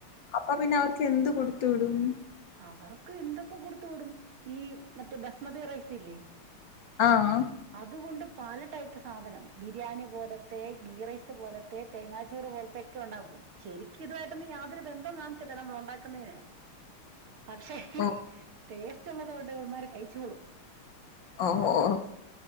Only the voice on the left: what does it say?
അപ്പ പിന്നെ അവർക്ക് എന്ത് കൊടുത്ത് വിടും
ആഹ്
ഓ
ഓ ഓ ഓ